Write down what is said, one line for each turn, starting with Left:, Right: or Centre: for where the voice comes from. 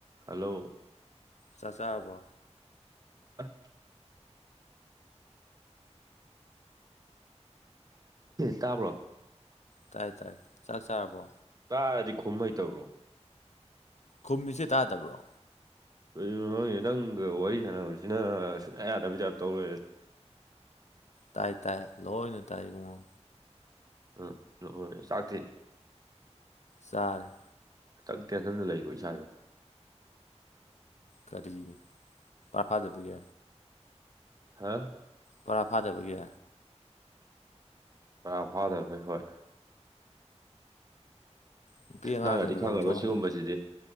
Right: hello
Left: ꯆꯥꯛ ꯆꯥꯔꯕꯣ
Right: ꯑ ꯇꯥꯕ꯭ꯔꯣ
Left: ꯇꯥꯏ ꯇꯥꯏ ꯆꯥꯛ ꯆꯥꯔꯕꯣ
Right: ꯇꯥꯔꯗꯤ ꯈꯨꯝ ꯍꯩꯇꯕ꯭ꯔꯣ
Left: ꯈꯨꯝꯃꯤꯁꯦ ꯇꯥꯗꯕ꯭ꯔꯣ
Right: ꯀꯩꯒꯤꯅꯣꯍꯦ ꯅꯪꯒ ꯋꯥꯔꯤ ꯁꯥꯟꯅꯕꯁꯤꯅ ꯁꯨꯛꯌꯥ ꯌꯥꯗꯕꯩ ꯇꯥꯏꯞ ꯇꯧꯂꯩꯔꯦ
Left: ꯇꯥꯏ ꯇꯥꯏ ꯂꯣꯏꯅ ꯇꯥꯏ ꯏꯕꯨꯡꯉꯣ
Right: ꯑ ꯂꯣꯏꯔꯦ ꯆꯥꯛꯇꯤ
Left: ꯆꯥꯔꯦ
Right: ꯈꯤꯇꯛꯇꯤ ꯑꯗꯨꯝꯅ ꯂꯩꯀꯣ ꯏꯁꯥꯖꯦ
Left: ꯀꯔꯤꯒꯤ ꯄꯥꯔꯥ ꯐꯥꯗꯕꯒꯤ
Right: ꯍꯥꯥ
Left: ꯕꯣꯔꯥ ꯐꯥꯗꯕꯒꯤ
Right: ꯄꯨꯔꯥ ꯐꯥꯗꯕꯩ ꯍꯣꯏ
Left: ꯅꯨꯄꯤ ꯑꯉꯥꯡꯅꯒ
Right: ꯅꯪꯅꯗꯤ ꯈꯪꯉꯔꯣꯏ
Left: ꯂꯪꯊꯣꯛꯑꯝꯃꯣ
Right: ꯁꯤꯒꯨꯝꯕꯁꯤꯗꯤ